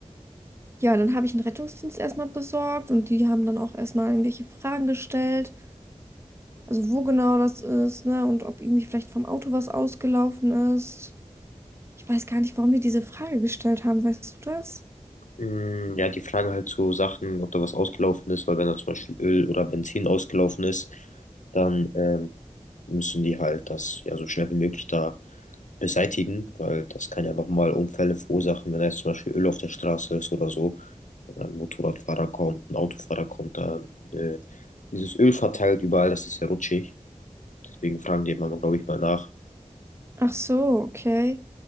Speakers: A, on the right; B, on the left.
A: ja, dann habe ich einen Rettungsdienst erstmal besorgt und die haben dann auch erstmal irgendwelche Fragen gestellt. Also wo genau das ist, ne? Und ob irgendwie vielleicht vom Auto was ausgelaufen ist. Ich weiß gar nicht, warum die diese Frage gestellt haben. Weißt du das?
B: Mm, Ja, die Frage halt zu Sachen, ob da was ausgelaufen ist, weil wenn da zum Beispiel Öl oder Benzin ausgelaufen ist, dann ähm, müssen die halt das ja so schnell wie möglich da beseitigen, weil das kann ja nochmal Unfälle verursachen, wenn da jetzt zum Beispiel Öl auf der Straße ist oder so. Wenn ein Motorradfahrer kommt, ein Autofahrer kommt, da äh, dieses Öl verteilt überall, das ist ja rutschig. Deswegen fragen die immer, glaube ich, mal nach.
A: Ach so, okay.